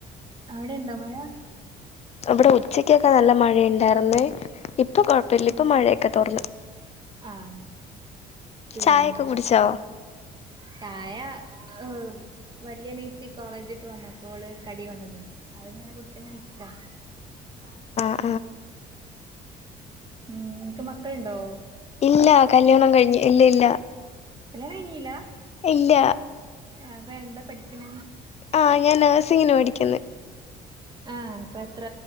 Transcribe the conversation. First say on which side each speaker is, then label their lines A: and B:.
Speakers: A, on the right (about 25°); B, on the left (about 40°).
A: അവിടെ ഇണ്ടോ മഴ?
B: ഇവിടെ ഉച്ചക്കൊക്കെ നല്ല മഴുണ്ടായിുന്നേ ഇപ്പൊ കൊഴപ്പില്ല ഇപ്പൊ മഴയൊക്കെ തോറന്നു,
A: ആഹ പിന്നെ
B: ചായയൊക്കെ കുടിച്ചോ
A: ചായ ആ വലിയ നീത്തി കോളേജിട്ട് വന്നപ്പോള് കടി കൊണ്ടാനിന്ന് അങ്ങന കുടിച്ചങ്ങനെരിക്കുക
B: ആ
A: ഉം എനിക്ക് മക്കളുണ്ടോ
B: ഇല്ല കല്യാണം കഴിഞ്ഞു ഇല്ല ഇല്ല
A: കല്ലണം കഴഞ്ഞല
B: ഇല്ല
A: അപ്പൊ എന്താ പഠിക്കണ?
B: ആഹ ഞാൻ നേഴ്സിങ്ങിന പഠിക്ന്ന്
A: ആഹ ഇപ്പൊ എത്ര